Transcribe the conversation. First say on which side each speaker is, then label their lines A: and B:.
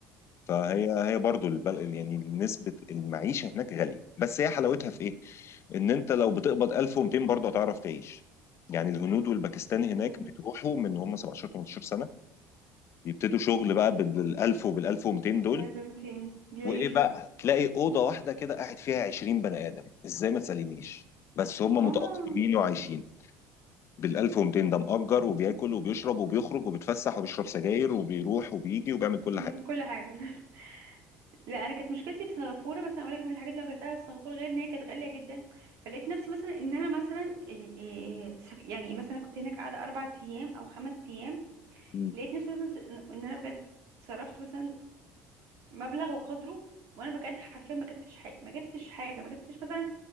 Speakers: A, on the left; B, on the right.
A: فهي هي برضو البل... يعني نسبة المعيشة هناك غالية بس هي حلاوتها في ايه؟ ان انت لو بتقبض 1200 برضه هتعرف تعيش يعني الهنود والباكستاني هناك
B: مم.
A: بيروحوا من هم 17 18 سنة يبتدوا شغل بقى بال 1000 وبال 1200 دول
B: لازم تين- بيعيشوا
A: وايه بقى تلاقي أوضة واحدة كده قاعد فيها 20 بني آدم ازاي ما تسألينيش بس هم
B: هما
A: متأقلمين وعايشين بال 1200 ده مأجر وبياكل وبيشرب وبيخرج وبيتفسح وبيشرب سجاير وبيروح وبيجي وبيعمل
B: <laughs>
A: كل
B: ليهم
A: حاجة
B: كل حاجه لا انا كانت مشكلتي في سنغافوره بس انا اقول لك من الحاجات اللي واجهتها في سنغافوره غير ان هي كانت غاليه جدا فلقيت نفسي مثلا ان انا مثلا إيه إيه سف- يعني مثلا كنت هناك قاعده اربع ايام او خمس ايام
A: مم.
B: لقيت نفسي مثلا س- ان انا بجد صرفت مثلا مبلغ وقدره وانا بجد حرفيا ما جبتش حاجه ما جبتش حاجه ما جبتش مثلا